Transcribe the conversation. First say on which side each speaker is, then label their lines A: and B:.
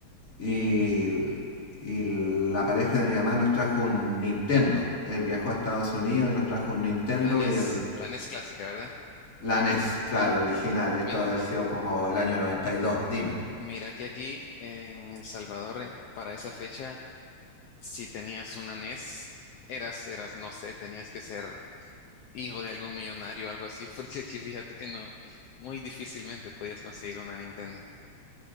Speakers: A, on the left (about 30°); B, on the left (about 75°).
A: y, y la pareja de mi mamá nos trajo un Nintendo. Él viajó a Estados Unidos y nos trajo un Nintendo
B: La NES,
A: y el,
B: la NES clásica, ¿verdad?
A: la NES, claro, original.
B: Sí,
A: Esto
B: mira,
A: debe haber sido como el año 92. dime.
B: mira que aquí en El Salvador, en- para esa fecha, si tenías una NES, eras, eras, no sé, tenías que ser hijo de algún millonario o algo así, <laughs> porque aquí fíjate que no, muy difícilmente podías conseguir una Nintendo.